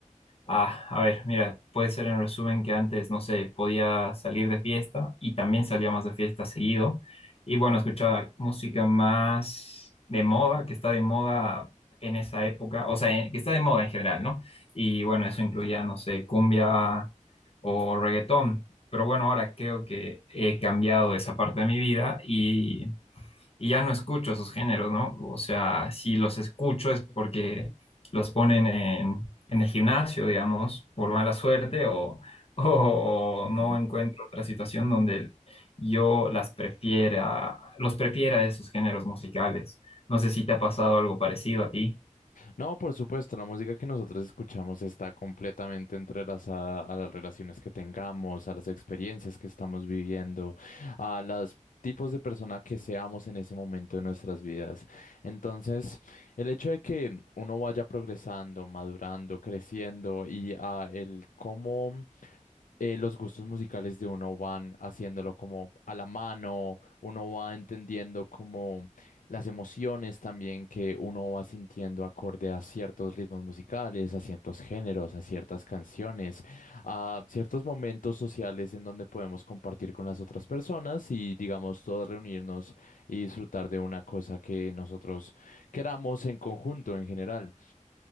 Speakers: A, on the left; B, on the left.
A: Ah, a ver, mira, puede ser en resumen que antes, no sé, podía salir de fiesta y también salía más de fiesta seguido. Y bueno, escuchaba música más de moda, que está de moda en esa época, o sea, en- que está de moda en general, ¿no? Y bueno, eso incluía, no sé, cumbia o reggaetón. Pero bueno, ahora creo que he cambiado esa parte de mi vida y y ya no escucho esos géneros, ¿no? O sea, si los escucho es porque los ponen en, en el gimnasio, digamos, por mala suerte o, <laughs> o
B: ujú.
A: no encuentro otra situación donde yo las prefiera, los prefiera esos géneros musicales. No sé si te ha pasado algo parecido a ti.
B: No, por supuesto, la música que nosotros escuchamos está completamente entrelazada a las relaciones que tengamos, a las experiencias que estamos viviendo, a los tipos de persona que seamos en ese momento de nuestras vidas. Entonces, el hecho de que uno vaya progresando, madurando, creciendo y a el cómo eh, los gustos musicales de uno van haciéndolo como a la mano, uno va entendiendo como las emociones también que uno va sintiendo acorde a ciertos ritmos musicales, a ciertos géneros, a ciertas canciones, a ciertos momentos sociales en donde podemos compartir con las otras personas y digamos todos reunirnos y disfrutar de una cosa que nosotros queramos en conjunto en general.